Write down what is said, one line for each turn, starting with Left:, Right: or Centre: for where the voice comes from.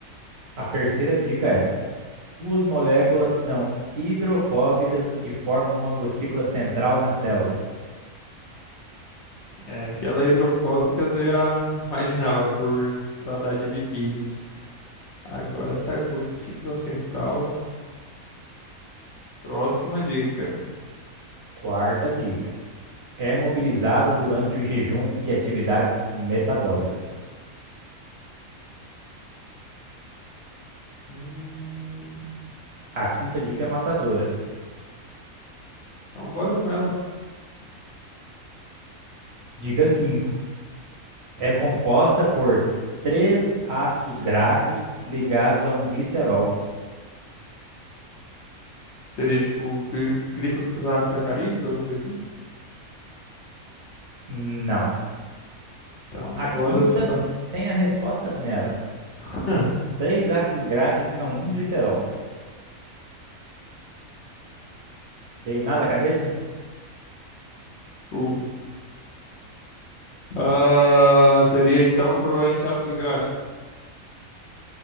Right: A terceira dica é: suas moléculas são hidrofóbicas e formam uma gotícula central na célula.
Left: É que ela é hidrofóbica, você já <laughs> imaginava por se tratar de lipídios. Agora, essa gotícula central. Próxima dica.
Right: Quarta dica. É mobilizada durante o jejum e atividades metabólicas.
Left: Hum,
Right: A quinta dica é matadora.
Left: então, bora com ela.
Right: Dica 5. É composta por três ácidos graxos ligados a um glicerol.
Left: Seria tipo gli- glicosacarídeos, alguma coisa assim?
Right: Não.
Left: Então,
Right: A quinta
Left: bora. s- pa-
Right: tem a resposta nela.
Left: <laughs>
Right: Três ácidos graxos a um glicerol. Veio nada à cabeça?
Left: O- Ah, seria então provavelmente ácido graxos.